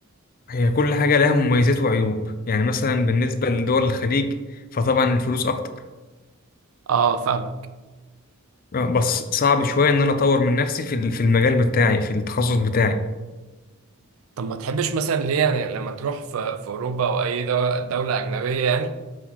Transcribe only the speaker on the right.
اه فاهمك
طب ما تحبش مثلا ليه يعني لما تروح في في اوروبا او اي دو- دوله اجنبيه يعني